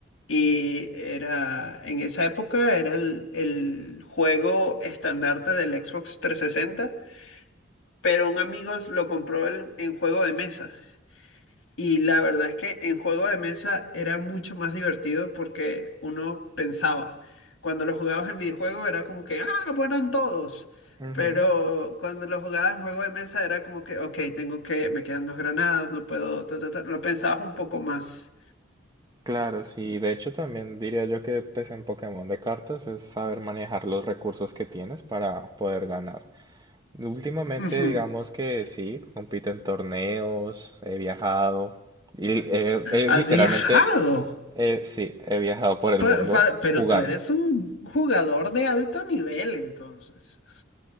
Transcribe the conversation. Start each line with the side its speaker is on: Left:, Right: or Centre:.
Left: Y era, en esa época era el, el juego estandarte del Xbox 360 pero un amigo lo compró en, en juego de mesa. Y la verdad es que en juego de mesa era mucho más divertido porque uno pensaba. Cuando lo jugabas en videojuego era como que, ah, mueran todos.
Right: ujú.
Left: Pero cuando lo jugabas en juego de mesa era como que, ok, tengo que, me quedan dos granadas, no puedo, ta, ta, ta". Lo pensabas un poco más.
Right: Claro, sí. De hecho, también diría yo que pues, en Pokémon de cartas es saber manejar los recursos que tienes para poder ganar. Últimamente,
Left: Ujú.
Right: digamos que sí, compito en torneos, he viajado y eh, eh,
Left: ¿Has
Right: literalmente,
Left: viajado?
Right: eh, sí, he viajado por el
Left: Pero,
Right: mundo
Left: para- pero
Right: jugando.
Left: tú eres un jugador de alto nivel, entonces.